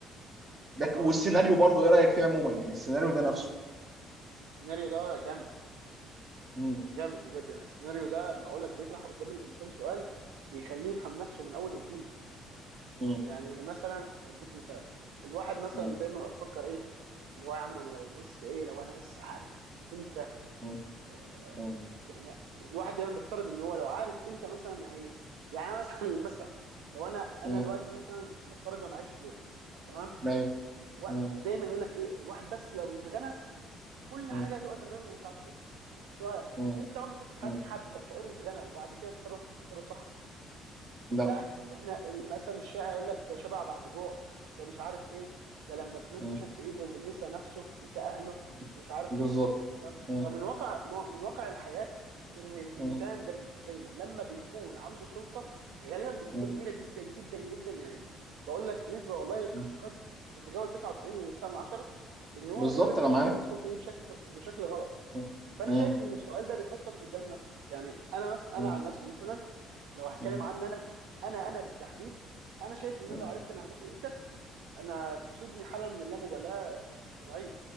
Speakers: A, on the right (about 45°); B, on the right (about 70°).
A: ده
B: هقول
A: ك- والسيناريو
B: لك انا
A: برضو ايه رايك فيه عموما يعني السيناريو ده نفسه
B: السيناريو ده جامد
A: مم.
B: جامد بجد يعني السيناريو ده بقول لك بيطرح قدام الانسان سؤال بيخليه يفهم نفسه من اول وجديد
A: مم.
B: يعني مثلا اديك مثال الواحد مثلا
A: مم.
B: دايما بيبقى مفكر ايه اللي هو يا عم انا لو بص ايه لو انا بس عارف امتى
A: مم.
B: آه
A: مم.
B: يعني الواحد دايما بيفترض ان هو لو عارف امتى مثلا هي يعني أنا مثلا <laughs> مثلا لو انا انا
A: مم.
B: دلوقتي مثلا نفترض ما معيش فلوس تمام
A: ايوه
B: ودايما
A: مم.
B: يقول لك ايه الواحد بس لو يتغنى كل
A: مم.
B: حاجه هتبقى تمام ومش عارف ايه سؤال
A: مم.
B: انت عمرك شفت في حياتك
A: مم.
B: حد كان فقير واتغنى وبعد كده اتصرف تصرف صح
A: لا
B: بالعكس ده احنا المثل الشائع يقول لك ده شبع بعد جوع ده مش عارف ايه ده لما الفلوس
A: مم.
B: مشت في ايده نسى نفسه نسى اهله
A: مم.
B: مش عارف
A: بالظبط
B: ايه ف-
A: مم.
B: فمن واقع من واقع الحياة ان الانسان
A: مم.
B: دايما دايما لما بيكون عنده سلطة غالبا بنسبة
A: مم.
B: كبيرة جدا جدا جدا يعني بقول لك نسبة والله
A: مم.
B: قد تتجاوز 99.9 ان هو
A: بالظبط
B: غالبا بيستخدم
A: انا معاك
B: السلطة دي بشكل بشكل غلط
A: مم.
B: فانا
A: مم.
B: شايف ان السؤال ده بيحطك قدام نفسك يعني انا مس... انا
A: مم.
B: عن نفسي مثلا لو هتكلم
A: مم.
B: عن انا انا انا بالتحديد انا شايف ان
A: مم.
B: انا لو عرفت انا هموت امتى انا تصيبني حاله من اللامبالاه مش طبيعيه